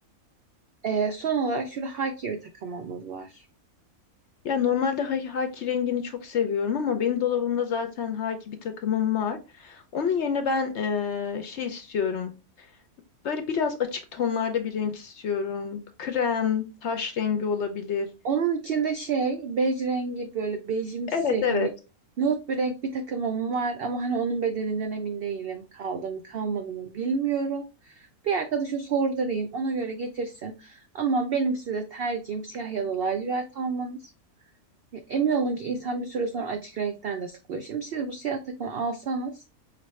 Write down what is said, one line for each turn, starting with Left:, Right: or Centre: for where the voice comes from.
Right: e, son olarak şurada haki bir takımımız var.
Left: Ya normalde ha- haki rengini çok seviyorum ama benim dolabımda zaten haki bir takımım var. Onun yerine ben eee, şey istiyorum. Böyle biraz açık tonlarda bir renk istiyorum. Krem, taş rengi olabilir.
Right: Onun içinde şey bej rengi böyle bejimsi
Left: Evet evet.
Right: hani nude bir renk bir takımım var ama hani onun bedeninden emin değilim. Kaldı mı kalmadı mı bilmiyorum. Bir arkadaşa sordurayım ona göre getirsin. Ama benim size tercihim siyah ya da lacivert almanız. Ya Emin olun ki insan bir süre sonra açık renkten de sıkılıyor. Şimdi siz bu siyah takımı alsanız